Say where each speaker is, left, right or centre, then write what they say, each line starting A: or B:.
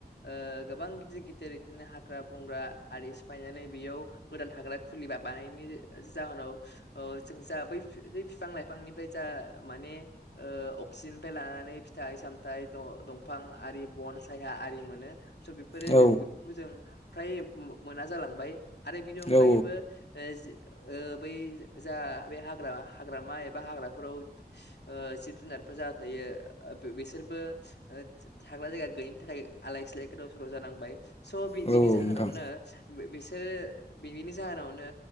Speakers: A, on the left; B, on the left.
A: ओ गोबां गिदिर गिदिर बिदिनो हाग्रा बंग्रा आरि सिफायनानै बेयाव गोदान थाग्रा खुलि बा बानायनि जाहोनाव ओ जों जा बै बै बिफां लाइफांनिफ्राय जा माने ओ अक्सिजेननिफ्राय ला नानै फिथाइ सामथाय द-दंफां आरि बन सायहा आरि मोनो। स' बेफोरो
B: औ
A: जों बेफोरखौ जों फ्राय मो-मोना जालांबाय। आरो बिनि अनगायैबो
B: औ
A: ओ जि ओ बै जा बे हाग्रा हाग्रामा एबा हाग्राफोराव ओ जिब जुनारफोर जा थायो ओ बि-बिसोरबो ओ था-थाग्रा जायगा गैयिनि थाखाय आलाय सिलाय गोदाव सोराव जानांबाय। स' बि-बिनि
B: नोंथां
A: जाहोनावनो बि-बिसोर बिनि जाहोनावनो